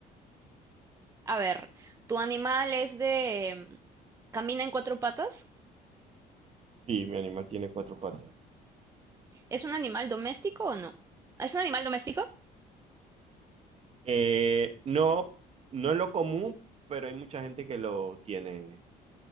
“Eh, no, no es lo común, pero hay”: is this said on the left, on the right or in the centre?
Right